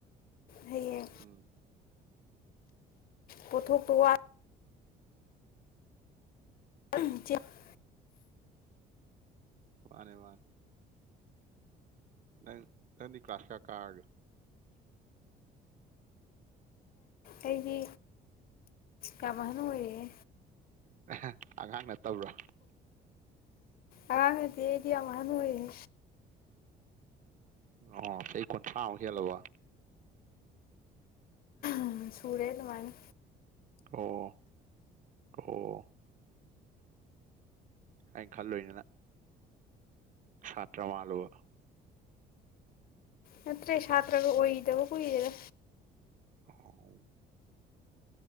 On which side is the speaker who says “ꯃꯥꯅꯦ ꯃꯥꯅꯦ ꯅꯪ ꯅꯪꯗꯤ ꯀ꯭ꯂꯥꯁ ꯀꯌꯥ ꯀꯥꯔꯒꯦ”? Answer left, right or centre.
Right